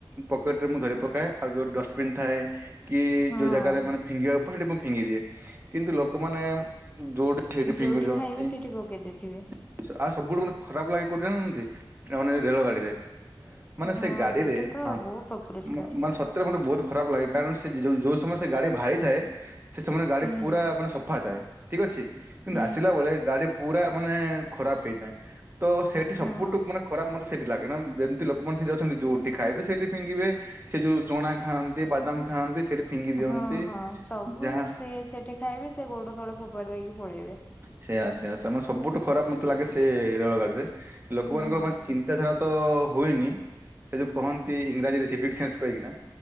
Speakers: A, on the right (about 25°); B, on the left (about 15°).
A: ପକେଟ ରେ ମୁଁ ଧରି ପକାଏ ଆଉ ଯୋଉ ଡଷ୍ଟବିନ ଥାଏ। କି
B: ହଁ
A: ଯୋଉ ଜାଗାରେ ମାନେ ଫିଙ୍ଗିବାକୁ ପଡେ ମୁ ସେଠି ଫିଙ୍ଗି ଦିଏ କିନ୍ତୁ ଲୋକମାନେ ଯୋଉଠି ସେଇଠି
B: ଯୋଉଠି
A: ଫିଙ୍ଗି ଦିଅନ୍ତି
B: ଖାଇବେ ସେଇଠି ପକେଇ ଦେଇଥିବେ।
A: ଆଉ ସବୁଠୁ ମାନେ ଖରାପ ଲାଗେ କୋଉଠି ଜାଣନ୍ତି ମାନେ ରେଳ ଗାଡି ରେ। ମାନେ
B: ହଁ
A: ସେ ଗାଡିରେ
B: ସେଠି ତ
A: ହଁ
B: ବହୁତ ଅପରିଷ୍କାର
A: ମାନେ ସତ ସତରେ ମୋତେ ବହୁତ ଖରାପ ଲାଗେ କାରଣ ସେ ଯ ଯୋଉ ଯୋଉ ସମୟରେ ସେ ଗାଡି ବାହାରି ଥାଏ। ସେ ସମୟରେ ଗାଡି
B: ହୁଁ
A: ପୁରା ମାନେ ସଫା ଥାଏ ଠିକ ଅଛି କିନ୍ତୁ
B: ହୁଁ
A: ଆସିଲା ବେଳେ ଗାଡି। ପୁରା ମାନେ ଖରାପ ହେଇଥାଏ ତ ସେଠି
B: ହଁ।
A: ସବୁଠୁ ମାନେ। ଖରାପ ମତେ ସେଇଠି ଲାଗେ ନା ଯେମିତି ଲୋକମାନେ ସେଠି ଅଛନ୍ତି ଯୋଉଠି ଖାଇବେ ସେଇଠି ଫିଙ୍ଗିବେ। ସେ ଯୋଉ ଚଣା ଖାଆନ୍ତି ବାଦାମ ଖାଆନ୍ତି ସେଠି। ଫିଙ୍ଗି ଦିଅନ୍ତି
B: ହଁ ହଁ ସବୁ
A: ଯାହା
B: ସେ ସେଠି ଖାଇବେ ସେ ଗୋଡ ତଳେ ଫୋପାଡି ଦେଇକି ପଳେଇବେ।
A: ସେଇଆ ସେଇଆ ସେ ମ ସବୁଠୁ ଖରାପ ମତେ ଲାଗେ ସେ ରେଳଗାଡିରେ ଲୋକମାନଙ୍କର
B: ହଁ
A: ମାନେ ଚି ତା ଧାରା ତ ହୁଏନି ସେ ଯୋଉ କହନ୍ତି ଇଂରାଜୀରେ ସିଭିକ୍ସ ସେନ୍ସ କହିକି ନା।